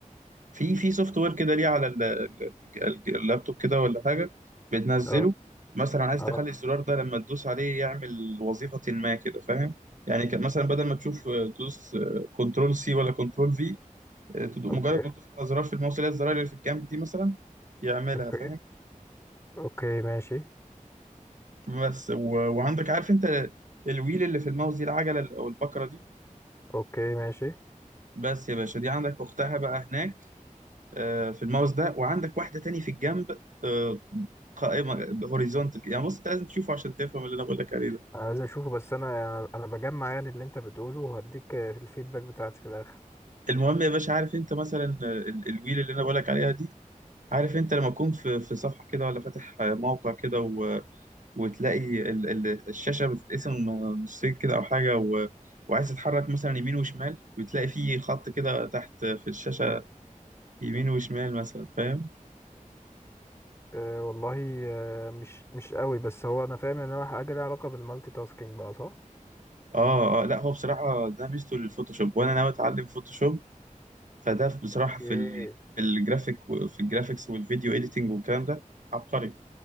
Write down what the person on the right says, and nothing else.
في في سوفت وير كده ليه على ال- ال- ال- اللابتوب كده ولا حاجة بتنزله
مثلا عايز
تخلي الزرار ده لما تدوس عليه يعمل وظيفة ما كده فاهم يعني كان مثلا بدل ما تشوف آه، تدوس كنترول سي ولا كنترول في مجرد
ما تدوس على زرار في الماوس اللي هي الزراير اللي في الجنب دي مثلا يعملها
فاهم
بس و... وعندك عارف انت الويل اللي في الماوس دي العجله ال- او البكره دي
بس يا باشا دي عندك اختها بقى هناك آه، في الماوس ده وعندك واحده تاني في الجنب آه، قائمه هوريزونتال يعني بص انت لازم تشوفه عشان تفهم اللي انا بقول لك عليه ده
المهم يا باشا عارف انت مثلا آه، ال- الويل اللي انا بقول لك عليها دي عارف انت لما تكون في في صفحه كده ولا فاتح آه، موقع كده وتلاقي ال- ال- الشاشة بتتقسم نصين كده أو حاجة و... وعايز تتحرك مثلا يمين وشمال وتلاقي فيه خط كده تحت في الشاشة يمين وشمال مثلا فاهم؟
آه آه لا هو بصراحة ده ميزته للفوتوشوب وأنا ناوي أتعلم فوتوشوب فده بصراحة
في ال... في الجرافيك و... في الجرافيكس والفيديو إيديتنج والكلام ده عبقري